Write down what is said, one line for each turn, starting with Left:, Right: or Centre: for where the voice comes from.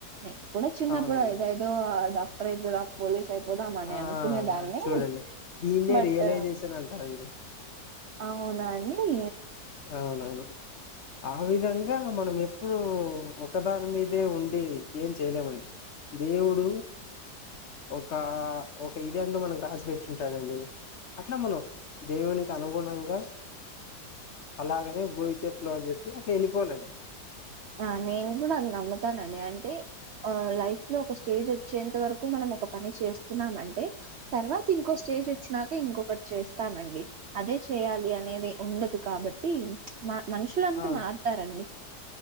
Right: స కూడా చిన్నప్పుడు
Left: అవునండి
Right: ఇదదో ఆ డాక్టర్ అయిపోదా పోలీస్ అయిపోదాం అని
Left: ఆ
Right: అనుకునేదాన్ని
Left: చూడండి దీన్నే
Right: బట్
Left: రియలైజేషన్ అంటారండి
Right: అవునా అండి డీ
Left: అవునవును ఆ విధంగా మనం ఎప్పుడు ఒకదాని మీదే ఉండి ఏం చేయలేమండి దేవుడు ఒక ఒక ఇది అంటే మనకు రాసి పెట్టింటారండీ అట్లా మనం దేవునికి అనుగుణంగా అలాగనే గోయితే ఫ్లో అని చెప్పి అట్లే వెళ్ళిపోవాలండి
Right: ఆ నేను కూడా అది నమ్ముతానండి అంటే ఆ లైఫ్ లో ఒక స్టేజ్ వచ్చేంత వరకు మనం ఒక పని చేస్తున్నామ అంటే తర్వాత ఇంకో స్టేజ్ వచ్చినాక ఇంకొకటి చేస్తామండి అదే చేయాలి అనేది ఉండదు కాబట్టి మా మనుషులంటూ
Left: అవును
Right: మారుతారండి